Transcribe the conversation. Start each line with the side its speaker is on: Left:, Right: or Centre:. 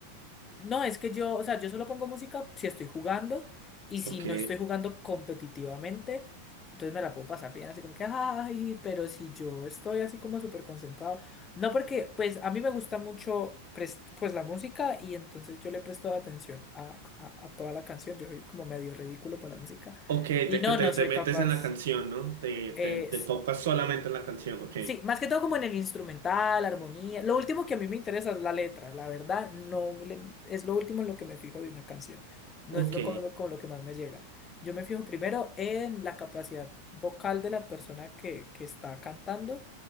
Left: No, es que yo, o sea, yo solo pongo música si estoy jugando y si
Right: Ok.
Left: no estoy jugando competitivamente, entonces me la puedo pasar bien, así como que, ay, pero si yo estoy así como súper concentrado. No, porque pues a mí me gusta mucho pres- pues la música y entonces yo le presto atención a, a, a toda la canción, yo soy como medio ridículo para la música
Right: Ok,
Left: y
Right: te,
Left: no,
Right: te,
Left: no
Right: te
Left: soy
Right: metes
Left: capaz.
Right: en la canción, ¿no? Te, te,
Left: eh,
Right: te enfocas solamente en la canción, ok.
Left: Sí, más que todo como en el instrumental, armonía. Lo último que a mí me interesa es la letra, la verdad, no le- es lo último en lo que me fijo de una canción. No
Right: Ok.
Left: es lo como, lo como lo que más me llega. Yo me fijo primero en la capacidad vocal de la persona que, que está cantando.